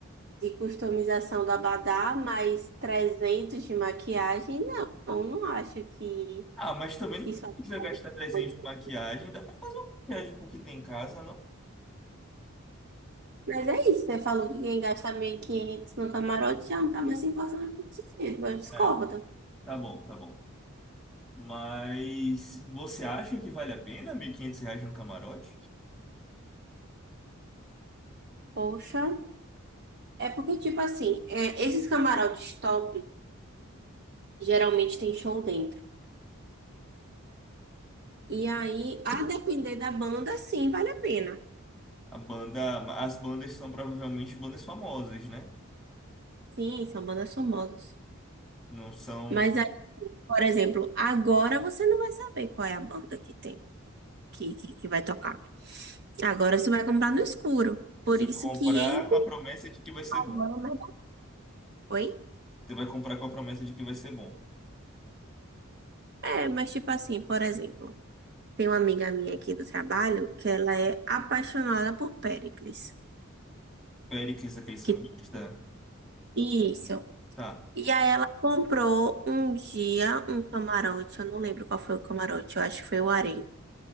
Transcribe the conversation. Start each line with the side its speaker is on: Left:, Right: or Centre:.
Right: de customização do abadá, mais 300 de maquilhagem. Não, eu não acho que
Centre: Ah, mas também não
Right: que isso é
Centre: precisa gastar 300
Right: muito
Centre: de maquiagem. Dá pra fazer uma maquiagem com o que tem em casa, não?
Right: Mas é isso, você falou que quem gasta 1.500 no camarote já não tá mais se importando com o dinheiro. Eu discordo.
Centre: É, tá bom, tá bom. Mas você acha que vale a pena mil e quinhentos reais no camarote?
Right: Poxa. É porque, tipo assim, é, esses camarotes top geralmente tem show dentro. E aí, a depender da banda, sim, vale a pena.
Centre: A banda, as bandas são provavelmente bandas famosas, né?
Right: Sim, são bandas famosas.
Centre: Não são.
Right: Mas aí, por exemplo, agora você não vai saber qual é a banda que tem, que, que, que vai tocar. Agora você vai comprar no escuro. Por
Centre: Você
Right: isso
Centre: vai comprar
Right: que em...
Centre: com a promessa de que vai ser bom.
Right: Agora, né? Oi?
Centre: Você vai comprar com a promessa de que vai ser bom.
Right: É, mas tipo assim, por exemplo, Tem uma amiga minha aqui do trabalho que ela é apaixonada por Péricles.
Centre: Péricles, aquele sambista?
Right: Que... Isso.
Centre: Tá.
Right: E aí ela comprou um dia um camarote, eu não lembro qual foi o camarote, eu acho que foi o Harém.